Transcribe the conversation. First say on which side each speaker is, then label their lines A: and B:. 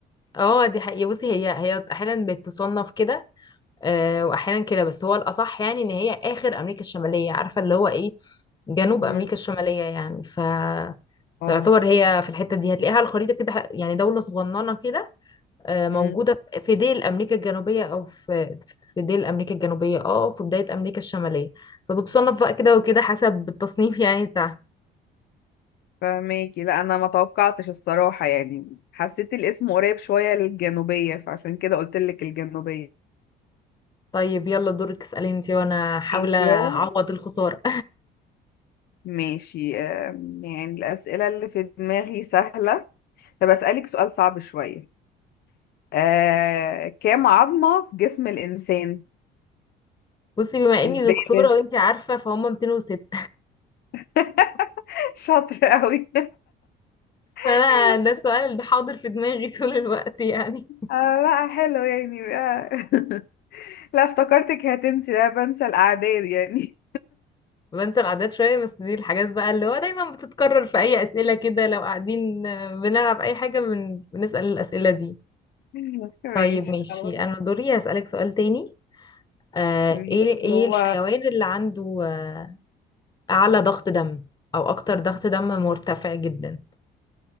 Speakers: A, on the left; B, on the left.
A: اه دي حقيقة بصي هي هي أحيانا بتصنف كده آه وأحيانا كده بس هو الأصح يعني إن هي آخر أمريكا الشمالية عارفة اللي هو إيه جنوب
B: مم.
A: أمريكا الشمالية يعني ف
B: اه
A: فيعتبر هي في الحتة دي هتلاقيها على الخريطة كده يعني دولة صغننة كده آه، موجودة
B: مم.
A: في ديل أمريكا الجنوبية أو في في ديل أمريكا الجنوبية اه وفي بداية أمريكا الشمالية فبتصنف بقى كده وكده حسب التصنيف <laughs> يعني بتاعها
B: فماكي لا انا ما توقعتش الصراحة يعني حسيت الاسم قريب شوية للجنوبية فعشان كده قلت لك الجنوبية
A: طيب يلا دورك اسألي انتي وانا حاولة
B: ماشي اهو
A: اعوض الخسارة
B: ماشي آم، يعني الأسئلة اللي في دماغي سهلة طب أسألك سؤال صعب شوية آه، كام عظمة في جسم الإنسان
A: <laughs> بصي بما اني
B: البالغ
A: دكتورة وانتي عارفة فهم 206
B: <laughs> شاطر قوي
A: <laughs> فانا
B: <laughs>
A: ده السؤال ده حاضر في دماغي <laughs> طول الوقت يعني
B: آه لا حلو يعني آه. <laughs> لا افتكرتك هتنسي لا بنسى الأعداد يعني
A: بنسى الأعداد شوية بس دي الحاجات بقى اللي هو دايما بتتكرر في أي أسئلة كده لو قاعدين آه، بنلعب أي حاجة بن... بنسأل الأسئلة دي
B: <laughs> ماشي
A: طيب ماشي
B: خلاص
A: أنا دوري هسألك سؤال تاني آه،
B: ماشي
A: ايه ايه
B: هو
A: الحيوان اللي عنده آه، اعلى ضغط دم او اكتر ضغط دم مرتفع جدا